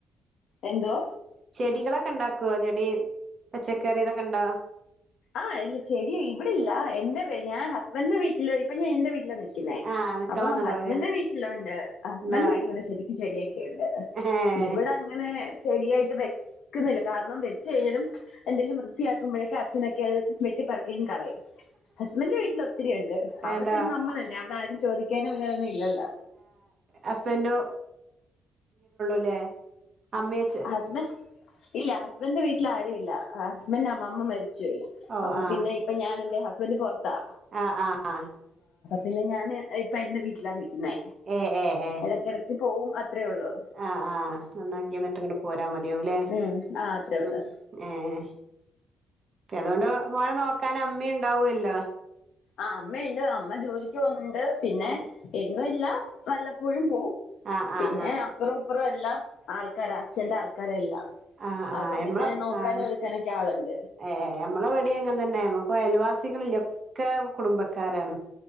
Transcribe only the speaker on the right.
ചെടികളൊക്കെ ഇണ്ടാക്കോ ചെടി പച്ചക്കറി ഇതൊക്കെ ഉണ്ടോ
ആഹ് നിക്കാൻ
വന്നതാവുല്ലേ
ഇണ്ടോ
ഏഹ്
വേണ്ടോ
ഹസ്ബന്റോ ല്ലേ, അമ്മിയച്ച
ഓഹ്
ആഹ്
ആഹ് ആഹ്
ഏഹ് ഏഹ് ഏഹ്
ആഹ് ആഹ് നന്നാക്കി എന്നിട്ടിങ്ങട്ട് പോരാ മതിയാവുല്ലേ,
മ്മ്
ഏഹ് ക്കെ അതോണ്ട് മോനെ നോക്കാന് അമ്മയുണ്ടാവുമല്ലോ
ആഹ്
ആഹ് ആഹ്
ആഹ് ആഹ്
നമ്മള്
ആഹ്
ഏഹ് ഞമ്മളെ ഇവടിം അങ്ങനെ തന്നെ ഞമ്മക്കും അയൽവാസികളില്ല ഒക്കെ കുടുംബക്കാരാണ്.